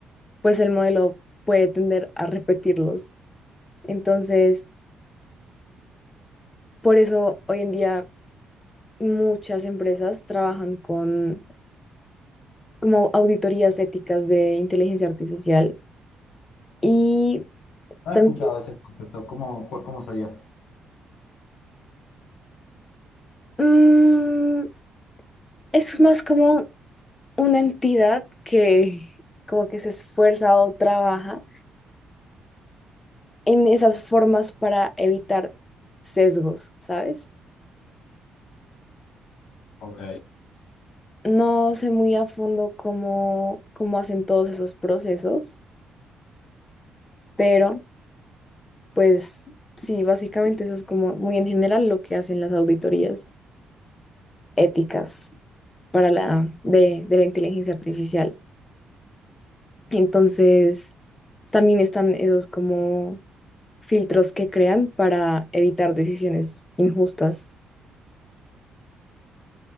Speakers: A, on the left (about 25°); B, on the left (about 80°).
A: pues el modelo puede tender a repetirlos. Entonces, por eso hoy en día muchas empresas trabajan con como auditorías éticas de inteligencia artificial y
B: No
A: también
B: he escuchado ese concepto. ¿Cómo, cu- cómo sería?
A: mm, es más como una entidad que como que se esfuerza o trabaja en esas formas para evitar sesgos, ¿sabes?
B: Ok,
A: No sé muy a fondo cómo, cómo hacen todos esos procesos, pero pues sí, básicamente eso es como muy en general lo que hacen las auditorías éticas. para la de, de la inteligencia artificial. Entonces, también están esos como filtros que crean para evitar decisiones injustas.